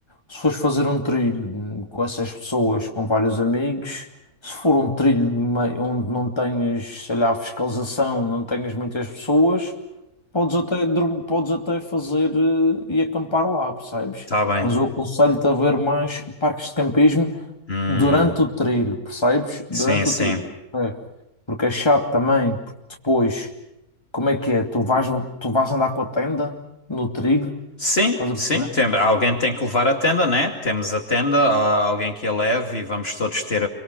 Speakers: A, on the left; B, on the left.
A: se fores fazer um trilho hum, com essas pessoas, com vários amigos, se for um trilho de mei- onde não tenhas, sei lá, fiscalização, não tenhas muitas pessoas, podes até, dorm- podes até fazer eh, e acampar lá, percebes?
B: tá bem.
A: Mas eu aconselho-te a ver mais parques de campismo
B: Hum,
A: durante o trilho, percebes? Durante
B: sim, sim.
A: o trilho. É. Porque é chato também, porque depois, como é que é? Tu vais, tu vais andar com a tenda no trilho,
B: Sim,
A: estás a
B: sim,
A: perceber?
B: tem, alguém tem que levar a tenda, né? Temos a tenda, há alguém que a leve e vamos todos ter,